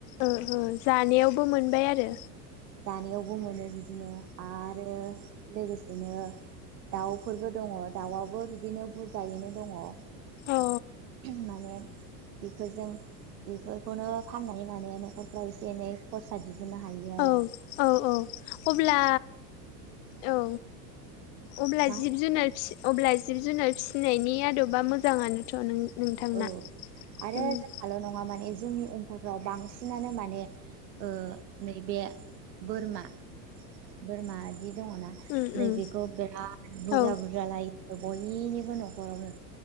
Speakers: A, on the left (about 50°); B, on the right (about 80°).
A: ओ ओ जानायावबो मोनबाय आरो।
B: जानायावबो मोनो। बिदिनो आरो लोगोसेनो दाउफोरबो दङ दाउवाबो बिदिनो बुरजायैनो दङ'। औ
A: ओ
B: <inaudible> माने बेफोरजों बेफोरखौनो फाननानै माने न'खरफ्राव एसे एनै खरसा दि हुननो हायो आरो।
A: अ औ औ औ अब्ला औ अब्ला
B: मा
A: जिब जुनार अब्ला जिब जुनार फिसिनायनि आदबा मोजाङानोथ' नों नोंथांना
B: औ आरो
A: उम
B: जोंहाल' नङा माने जोंनि ओनसोलफ्राव बांसिनानो माने ओ नैबे बोरमा बोरमा बिदि दङना
A: उम
B: नैबेखौ
A: उम
B: बिराद बुरजा
A: औ
B: बुरजा लायो। बयनिबो न'खरावनो